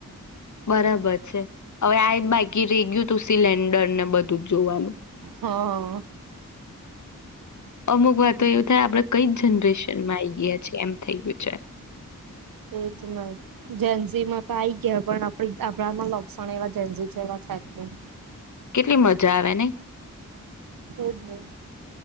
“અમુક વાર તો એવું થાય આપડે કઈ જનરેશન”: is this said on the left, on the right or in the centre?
Left